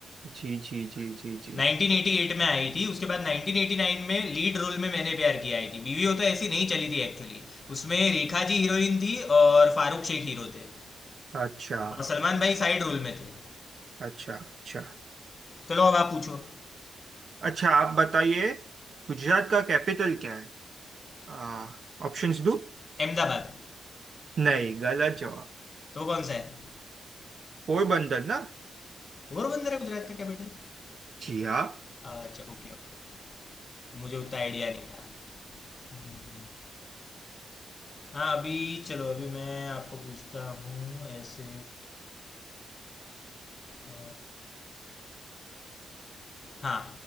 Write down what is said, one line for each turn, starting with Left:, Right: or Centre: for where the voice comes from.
Right: जी जी जी जी जी
Left: 1988 में आई थी उसके बाद 1989 में लीड रोल में मैंने प्यार किया आई थी बीवी हो तो ऐसी नहीं चली थी एक्चुअली उसमें रेखा जी हीरोइन थी और फारूक शेख हीरो थे
Right: अच्छा
Left: और सलमान
Right: अच्छा
Left: भाई साइड रोल में थे
Right: अच्छा अच्छा
Left: चलो अब आप पूछो
Right: अच्छा आप बताइए गुजरात का कैपिटल क्या है आ, ऑप्शंस दो
Left: अहमदाबाद
Right: नहीं गलत जवाब
Left: तो कौन सा है
Right: पोरबंदर ना
Left: पोरबंदर है गुजरात का कैपिटल
Right: जी हाँ
Left: अच्छा ओके ओके ओके मुझे उतना आइडिया नहीं था हम्म, हाँ अभी चलो अभी मैं आपको पूछता हूँ ऐसे अ, हाँ